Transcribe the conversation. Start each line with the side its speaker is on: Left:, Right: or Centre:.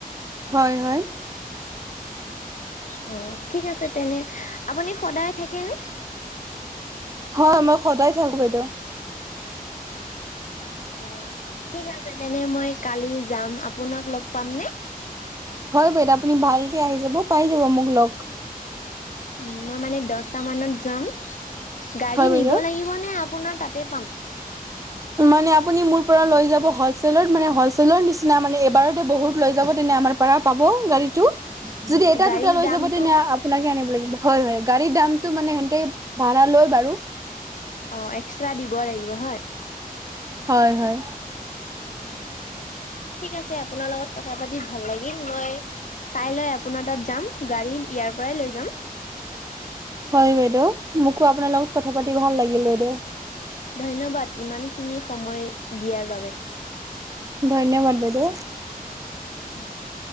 Right: হয় হয়।
Left: অ ঠিক আছে তেনে আপুনি সদায় থাকে নে?
Right: হয় মই সদায় থাকো বাইদেউ।
Left: অ' ঠিক আছে তেনে মই কালি যাম আপোনাক লগ পাম নে?
Right: হয় বাইদেউ আপুনি ভালকে আহি যাব পাই যাব মোক লগ।
Left: উম, মই মানে দহটা মানত যাম গাড়ী
Right: হয় বাইদেউ
Left: নিব লাগিব। নিব নে, আপুনাৰ তাতে পাম?
Right: মানে আপুনি মোৰ পৰা লৈ যাব হয়। হলচেলত মানে হ'লচেলৰ নিচিনা মানে এবাৰতে বহুত লৈ যাব তেনে আমাৰ পৰা পাব গাড়ীটো। যদি এটা
Left: গাড়ীৰ
Right: দুটা লৈ
Left: দামটো
Right: যাব তেনে। সেনেকে আনিব লাগিব হয়, হয় গাড়ীৰ দামটো মানে সিহতে ভাড়া লয় বাৰু
Left: অ', এক্সট্ৰা দিব লাগিব হয়!
Right: হয়, হয়।
Left: ঠিক আছে আপোনাৰ লগত কথা পাতি ভাল লাগিল। মই কাইলৈ আপোনাৰ তাত যাম, গাড়ী ইয়াৰ পৰাই লৈ যাম।
Right: হয়, বাইদেউ। মোকো আপোনাৰ লগত কথা পাতি ভাল লাগিল বাইদেউ।
Left: ধন্যবাদ, ইমানখিনি সময় দিয়াৰ বাবে।
Right: ধন্যবাদ বাইদেউ।
Left: <inaudible>